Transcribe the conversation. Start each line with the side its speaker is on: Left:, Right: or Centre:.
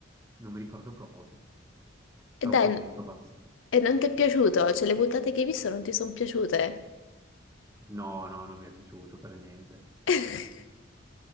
Right: non mi ricordo proprio. Troppo
Left: E dai,
Right: tempo
Left: n-
Right: è passato.
Left: e non ti è piaciuto? Cioè, le puntate che hai visto non ti sono piaciute?
Right: No, no, non mi è piaciuto per niente.
Left: <laughs>